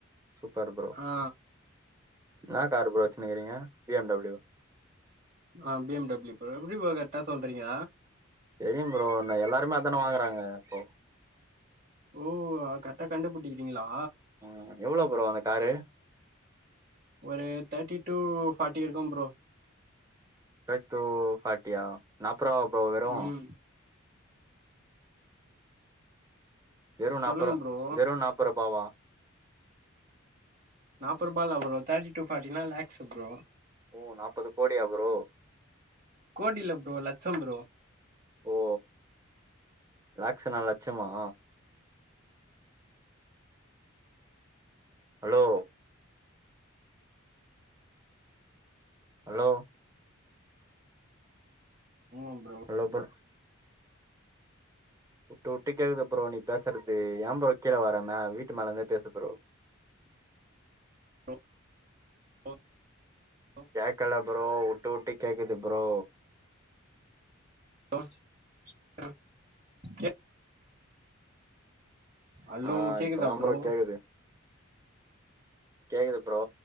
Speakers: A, on the right; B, on the right.
A: சூப்பர் ப்ரோ
B: ஆ
A: என்னா கார் ப்ரோ வச்சுனுக்கிறீங்க பி எம் டபிள்யூ
B: ஆ பி எம் டபள்யூ ப்ரோ எப்டி ப்ரோ கரெக்டா சொல்றீங்க
A: தெரியும் ப்ரோ ந எல்லாருமே அத தானே வாங்குறாங்க இப்போ
B: ஓ அத கரெக்டா கண்டுபிடிக்கிறீங்களா
A: ம் எவ்ளோ ப்ரோ அந்த காரு
B: ஒரு தேட்டி டு ஃபாட்டி இருக்கு ப்ரோ
A: தேட்ரு ஃபாட்டியா நாப்புராவா ப்ரோ வெறும்
B: ம்
A: வெறும்
B: சொல்லுங்க
A: நாப்புறா
B: ப்ரோ
A: வெறும் நாப்புறாவா
B: நாப்புறா தான் ப்ரோ ரூபால அப்ரோ தேட்டி டு ஃபாட்டினா லாக்ஸ் ப்ரோ
A: ஒ நாப்பது கோடியாஆ ப்ரோ
B: கோடி இல்ல ப்ரோ லட்சம் ப்ரோ
A: ஓ லேக்ஸ் நா லட்சமா ஹலோ அலோ
B: ம் ப்ரோ
A: இல்ல ப்ரோ உட்டு உட்டு கேக்குது ப்ரோ நீ பேசறது ஏ ப்ரோ கீழ வர மே வீட்டு மேல இருந்தே பேசு ப்ரோ
B: <inaudible>
A: கேக்கல ப்ரோ உட்டு உட்டு கேக்குது ப்ரோ
B: <inaudible> அலோ
A: ஆ
B: கேக்குதா
A: இப்பதா
B: ப்ரோ
A: கேக்குது கேக்குது ப்ரோ